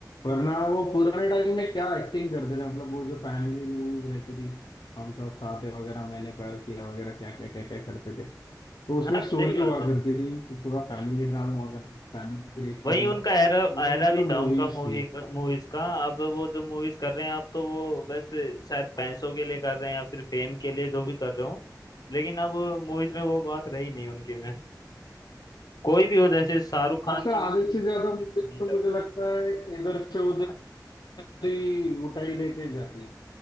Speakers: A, on the left (about 85°); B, on the left (about 65°).
A: वरना वो पुराने टाइम में क्या एक्टिंग करते थे मतलब वो जो फैमिली मूवीज रहती थी हम साथ साथ हैं वगैरह मैंने प्यार किया वगैरह क्या क्या क्या क्या करते थे तो उसमें
B: हाँ सही
A: स्टोरी
B: बात
A: हुआ
B: है
A: करती थी पूरा फैमिली ड्रामा हुआ करता फैमिली देखती
B: वही
A: थी
B: उनका एरा
A: वो
B: एरा
A: मतलब
B: भी था
A: मूवीज
B: उनका मूवी
A: थी
B: मूवीज का अब वो जो मूवीज कर रहे हैं आप तो वो बस शायद पैसों के लिए कर रहे हैं या फिर फेम के लिए जो भी कर रहे हो लेकिन अब मूवीज में वो बात रही नहीं उनकी में कोई भी हो जैसे शाहरुख खान
A: आजकल
B: की
A: आधे
B: भी
A: से
B: नहीं
A: ज्यादा मुझे तो
B: लग
A: मुझे लगता है इधर से
B: रहा
A: उधर ही उठाई लेके जाती है